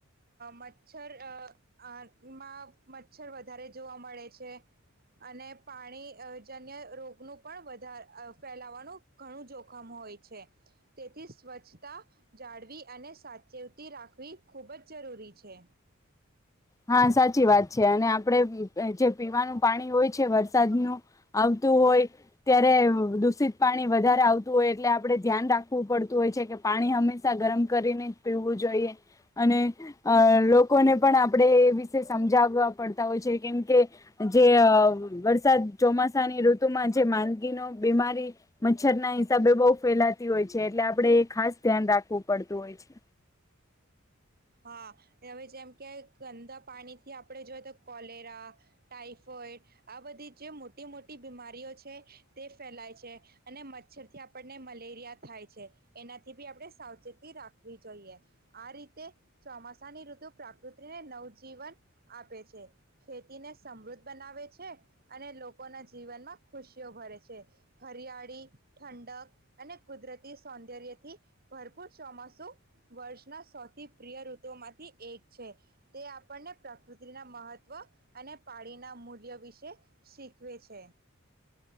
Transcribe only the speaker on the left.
હા સાચી વાત છે અને આપડે જે પીવાનું પાણી હોય છે વરસાદનું આવતું હોય ત્યારે દૂષિત પાણી વધારે આવતું હોય એટલે આપડણે ધ્યાન રાખવું પડતું હોય છે કે પાણી હંમેશા ગરમ કરીને જ પીવું જોઈએ અને અ લોકોને પણ. આપણે એ વિષ સમજાવવા પડતા હોય છે કેમ કે જે વરસાદ ચોમાસાની ઋતુમાં જે માંદગીનો બીમારી મચ્છર ના હિસાબે બહુ ફેલાતી હોય છે એટલે આપડણે એ ખાસ ધ્યાન રાખવું પડતું હોય છે.